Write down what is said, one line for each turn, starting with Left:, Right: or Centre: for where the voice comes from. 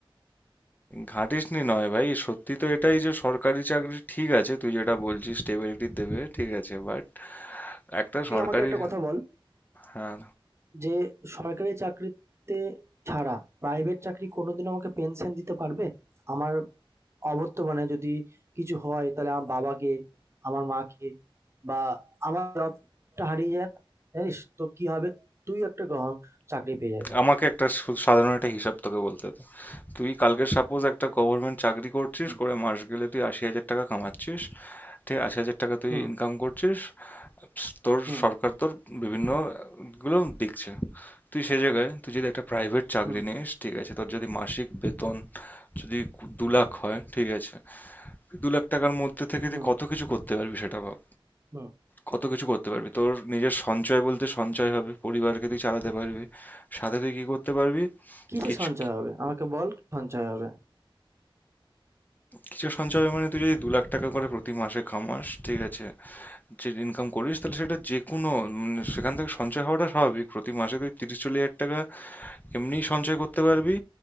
Left: ঘাঁটিসনি নয় ভাই সত্যি তো এটাই যে সরকারি চাকরি ঠিক আছে তুই যেটা বলছিস স্টেবিলিটি দেবে ঠিক আছে বাট একটা
Right: তুই
Left: সরকারি
Right: আমাকে একটা কথা বল
Left: হ্যাঁ
Right: যে সরকারি চাকরিতে ছাড়া প্রাইভেট চাকরি কোনোদিন আমাকে পেনশন দিতে পারবে আমার অবর্তমানে যদি কিছু হয় তাহলে আমার বাবাকে আমার মাকে বা আমার জবটা হারিয়ে যায় জানিস তো কি হবে তুই একটা গভর্নমেন্ট চাকরি পেয়ে যাবি
Left: আমাকে একটা সু- সাধারণ একটা হিসাব তোকে বলতে দে তুই কালকে সাপোজ একটা গভর্নমেন্ট চাকরি করছিস
Right: হুম
Left: করে মাস গেলে তুই আশি হাজার টাকা কামাচ্ছিস ঠিক আশি হাজার টাকা তুই
Right: হুম
Left: ইনকাম করছিস তোর
Right: হুম
Left: সরকার তোর বিভিন্ন গুলো দেখছে তুই সে জায়গায় তুই যদি একটা প্রাইভেট চাকরি
Right: হুম
Left: নিস ঠিক আছে তোর যদি মাসিক বেতন যদি দু লাখ হয় ঠিক আছে তুই দু লাখ টাকার মধ্যে থেকে
Right: হুম
Left: তুই কত কিছু করতে পারবি সেটা ভাব
Right: হুম
Left: কত কিছু করতে পারবি তোর নিজের সঞ্চয় বলতে সঞ্চয় হবে পরিবারকে তুই চালাতে পারবি সাথে তুই কি
Right: হুম।
Left: করতে পারবি
Right: কিসে
Left: কিছু
Right: সঞ্চয় হবে আমাকে বল কি সঞ্চয় হবে
Left: কিছু সঞ্চয় মানে তুই যদি দু লাখ টাকা করে প্রতি মাসে কামাস ঠিক আছে যে ইনকাম করিস তাহলে সেটা যে কোনো মানে সেখান থেকে সঞ্চয় হওয়াটা স্বাভাবিক প্রতি মাসে তুই তিরিশ চল্লিশ হাজার টাকা এমনিই সঞ্চয় করতে পারবি